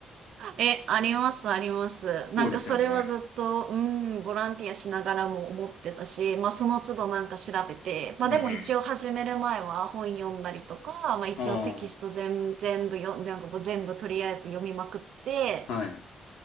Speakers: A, on the right; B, on the left.
A: え、あります、あります。
B: そうですよね。
A: なんかそれはずっと、うん、ボランティアしながらも思ってたし、まあその都度なんか調べて、まあでも一応始める前は本読んだりとか、
B: うんうん。
A: まあ一応テキスト全、
B: あ
A: 全部読んで、なんかもう全部とりあえず読みまくって、
B: あ、はい。